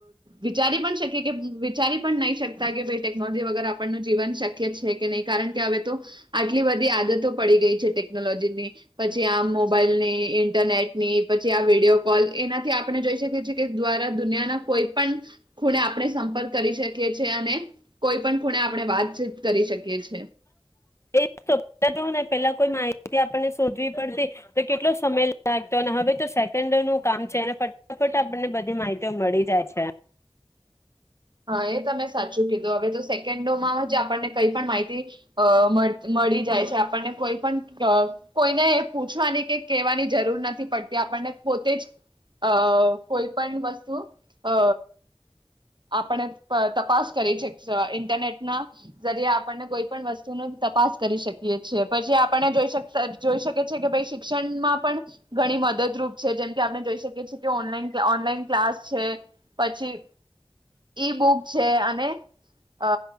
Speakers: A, on the right; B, on the left.
A: વિચારી પણ શકીએ કે વિચારી પણ નહીં શકતા કે ભાઈ ટેકનોલોજી વગર આપણનું જીવન શક્ય છે કે નહીં કારણ કે હવે તો આટલી બધી આદતો પડી ગઈ છે ટેકનોલોજીની પછી આમ મોબાઈલની ઇન્ટરનેટની પછી આ વિડીયો કોલ એનાથી આપણે જોઈ શકીએ છીએ કે દ્વારા દુનિયાના કોઈ પણ ખુણે આપણે સંપર્ક. કરી શકીએ છેએ અને. કોઈ પણ ખૂણે આપણે વાતચીત કરી શકીએ છીએ.
B: એજ તો પેલા કોઈ મા માહિતી આપને શોધવી પડતી તો કેટલો સમય લાગતો અને હવે તો સેકન્ડ નું કામ છે અને ફટાફટ આપણને બધી માહિતીઓ મળી જાય છે.
A: હા એ તમે સાચું કીધું હવે તો કેન્ડોમાં જ આપણને. કઈ પણ માહિતી અ મળ મળી જાય છે આપણને કોઈ પણ અ કોઈને એ પૂછવાની કે કહેવાની જરૂર નથી પડતી આપણને. પોતે જ અ કોઈ પણ વસ્તુ અ આપણે તપાસ કરી છે ઇન્ટરનેટ ના જરીે આપણને કોઈ પણ વસ્તુ તપાસ કરી શકીએ છીએ પછી આયોડે જો જોઈ શકી છેએ કે ભઈ શિક્ષણમાં પણ ઘણી મદદરૂપ છે જેમ કે આપણે જોઈ શકીએ છીએ કે ઓનલાન ઓનલાઈન ક્લાસ છે પછી ઈ બુક છે અને અ